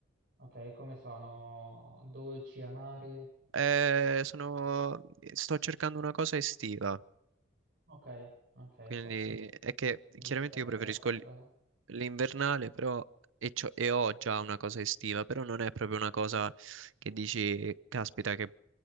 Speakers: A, on the right; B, on the right.
A: Ok, e come sono? Dolci, amari?
B: Eh, sono- sto cercando una cosa estiva,
A: Ok, ok,
B: quindi
A: certo,
B: è che
A: visto
B: chiaramente
A: che arriva
B: io preferisco
A: la stagione.
B: l- l'invernale, però e, c'ho- e ho già una cosa estiva, però non è proprio una cosa che dici, caspita, che,